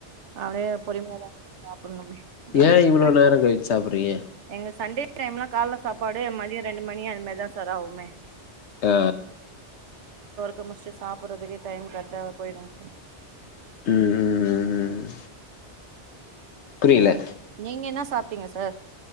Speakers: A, on the right; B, on the left.
A: அப்டே பொறுமியாதா சாப்புட்னு நம்மே எங்குளுக்ளா
B: ஏ இவ்ளோ
A: தண்
B: நேரோ கழிச்சு சாப்புட்றீங்க
A: எங்க சண்டே டைம்லா கால்ல சாப்பாடு மதிய ரெண்டு மணி அந் மாரிதா சார் ஆவுமே
B: ஆ
A: கம் முஸ்டு சாப்புறதுக்கே டைம் கர்ட்டா போயிடோ சார்
B: ம் புரியில்ல
A: நீங்க என்னா சாப்ட்டீங்க சார்